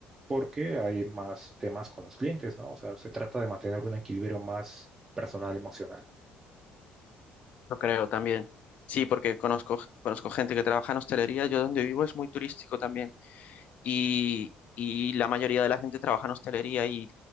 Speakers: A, on the right (about 15°); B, on the left (about 45°).
A: porque hay más temas con los clientes, ¿no? O sea, se trata de mantener un equilibrio más personal, emocional.
B: lo creo también. Sí, porque conozco, conozco gente que trabaja en hostelería, yo donde vivo es muy turístico también y, y la mayoría de la gente trabaja en hostelería y